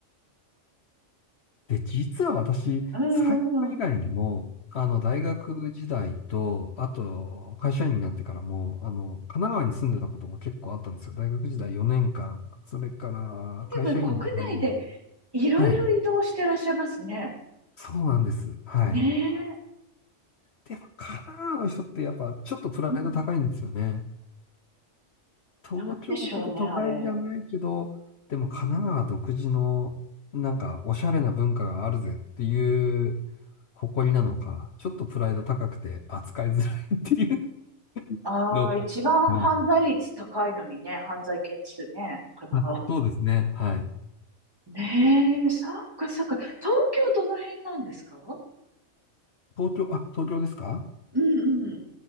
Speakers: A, on the left; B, on the right.
A: で、実は私、
B: うんうん。
A: 埼玉以外にも、あの、大学時代と、あと、会社員になってからも、あの、神奈川に住んでたことも結構あったんですよ。大学時代4年間、それから会社員の時代も、
B: でも国内でいろいろ移動してらっしゃいますね。
A: はい、そうなんです。はい。
B: ねえ。
A: で、やっぱ神奈川の人ってやっぱちょっとプライド高いんですよね。
B: うんうん。
A: 東京ほど都会じゃないけど、
B: なんでしょうね、あれ。
A: でも神奈川独自のなんかおしゃれな文化があるぜっていう
B: うん。
A: 誇りなのか、
B: うん
A: ちょっとプライド高くて扱いづらいっていう
B: ああ、
A: のが。
B: 一番犯罪率高いのにね、
A: はい。
B: 犯罪件数ね、神奈川。
A: あ、そうですね。はい。
B: ねえ、そっかそっか。東京どの辺なんですか
A: 東京、あ、東京ですか
B: うんうん。